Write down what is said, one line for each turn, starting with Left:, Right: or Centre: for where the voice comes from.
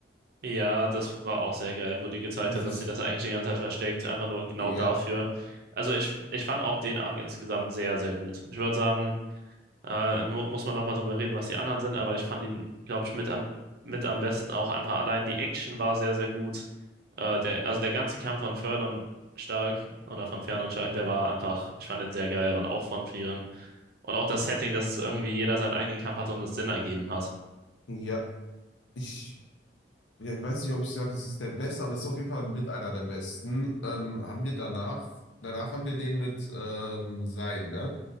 Right: ja, das war auch sehr geil, wo die gezeigt
Left: wo
Right: hat,
Left: sie
Right: dass
Left: es,
Right: sie das eigentlich die ganze Zeit versteckt, einfach nur genau
Left: ja,
Right: dafür. Also ich, ich fand auch den Arc insgesamt sehr, sehr gut. Ich würde sagen, Äh, mu muss man nochmal drüber reden, was die anderen sind, aber ich fand ihn, glaube ich, mit am, mit am besten. Auch einfach allein die Action war sehr, sehr gut. Äh, der, also der ganze Kampf von Fern Stark oder von Fern Stark, der war einfach, ich fand den sehr geil und auch von Frieren. Und auch das Setting, dass es irgendwie jeder seinen eigenen Kampf hatte und es Sinn ergeben hat.
Left: Ja, ich, ja, ich weiß nicht, ob ich sage, es ist der beste, aber es ist auf jeden Fall mit einer der besten. Ähm, haben wir danach, danach haben wir den mit ähm, Sein, ne?